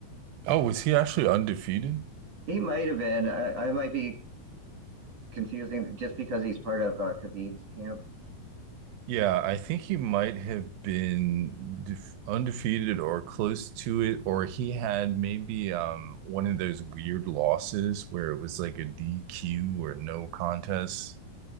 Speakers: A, on the right; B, on the right.
A: Oh, was he actually undefeated?
B: He might have been. I, I might be confusing just because he's part of uh, Khabib's camp.
A: Yeah, I think he might have been def undefeated or close to it, or he had maybe um, one of those weird losses where it was like a DQ or no contest,